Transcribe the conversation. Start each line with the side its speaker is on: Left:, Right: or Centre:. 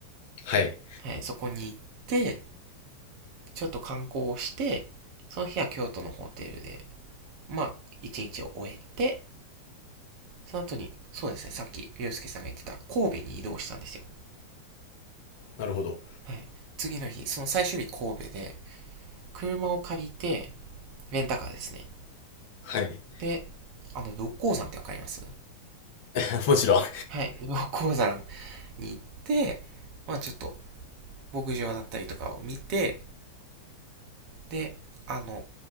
Left: はい。
Right: はい、そこに行って、ちょっと観光をして、その日は京都のホテルで、まあ、一日を終えて、その後に、そうですね、さっき、ゆうすけさんが言ってた、神戸に移動したんですよ。
Left: なるほど。
Right: はい。次の日、その最終日神戸で、車を借りて、レンタカーですね。
Left: はい。
Right: で、あの、六甲山ってわかります
Left: <laughs> もちろん。
Right: はい。六甲山に行って、まあちょっと、牧場だったりとかを見て、で、あの、